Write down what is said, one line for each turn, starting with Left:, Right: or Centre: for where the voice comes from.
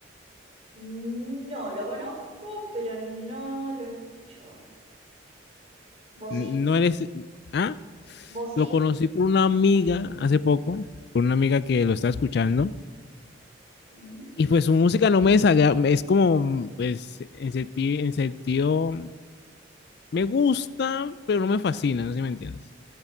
Right: No, lo conozco, pero no lo escucho. ¿Vos
Left: ¿No
Right: sí?
Left: eres... Ah,
Right: ¿Vos sí?
Left: lo conocí por una amiga hace poco, por una amiga que lo está escuchando,
Right: Mm,
Left: y pues su música no me desagrada, es como, pues, en sentido, en sentido, me gusta, pero no me fascina, no sé si me entiendes.